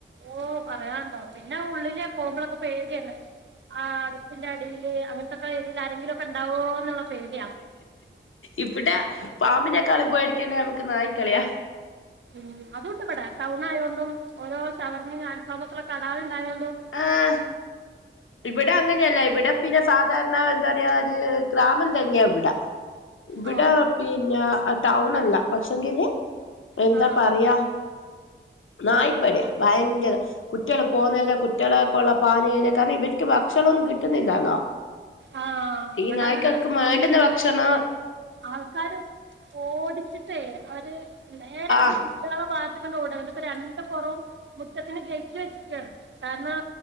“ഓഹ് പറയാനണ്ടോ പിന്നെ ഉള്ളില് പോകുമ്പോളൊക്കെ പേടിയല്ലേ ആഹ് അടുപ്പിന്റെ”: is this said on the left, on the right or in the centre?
Right